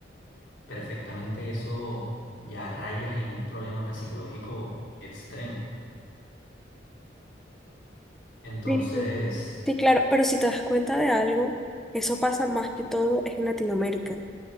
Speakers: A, on the left (about 75°); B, in the centre.
A: perfectamente eso ya raya en un problema psicológico extremo. Entonces,
B: sí, sí, claro, pero si te das cuenta de algo, eso pasa más que todo es en Latinoamérica,